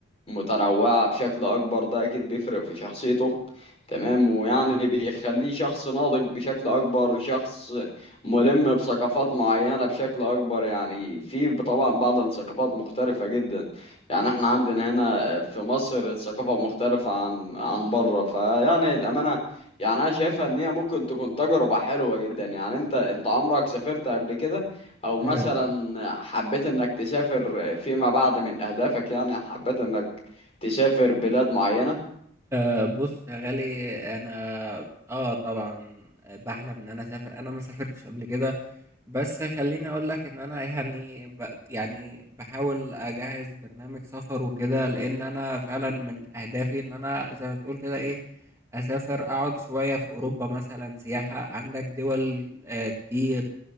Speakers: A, on the left; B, on the right.
A: متنوعة بشكل أكبر ده أكيد بيفرق في شخصيته تمام ويعني بيخليه شخص ناضج بشكل أكبر شخص ملم بثقافات معينة بشكل أكبر يعني في طبعا بعض الثقافات مختلفة جدا يعني احنا عندنا هنا في مصر الثقافة مختلفة عن عن بره فيعني الأمانة يعني أنا شايفها إن هي ممكن تكون تجربة حلوة جدا يعني أنت أنت عمرك سافرت قبل كده؟ او مثلا
B: أه
A: حبيت انك تسافر فيما بعد من اهدافك يعني حبيت انك تسافر بلاد معينة
B: أه بص يا غالي انا اه طبعا آه، بحلم ان انا اسافر انا ما سافرتش قبل كده بس خليني اقول لك ان انا يعني ب... يعني بحاول اجهز برنامج سفر وكده لان انا فعلا من اهدافي ان انا زي ما تقول كده ايه اسافر اقعد شوية في اوروبا مثلا سياحة عندك دول آه كتير